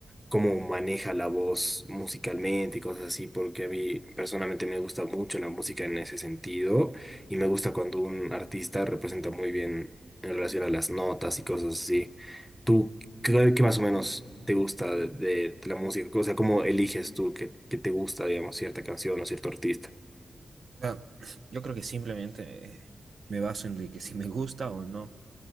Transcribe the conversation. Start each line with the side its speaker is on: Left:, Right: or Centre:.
Centre: cómo maneja la voz musicalmente y cosas así, porque a mí personalmente me gusta mucho la música en ese sentido y me gusta cuando un artista representa muy bien en relación a las notas y cosas así. ¿Tú qué, qué más o menos te gusta de, de la música? O sea, ¿cómo eliges tú que, que te gusta, digamos, cierta canción o cierto artista?
Right: O sea, <sniffs> <clears throat> yo creo que simplemente eh, me baso en de que si me gusta o no.